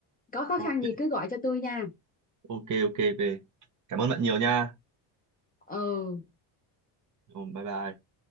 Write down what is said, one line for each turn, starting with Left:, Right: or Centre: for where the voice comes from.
Left: có khó
Right: Ok,
Left: khăn gì cứ gọi cho tôi nha
Right: ok, ok. ok. Cảm ơn bạn nhiều nha.
Left: ừ
Right: Rồi, bye bye.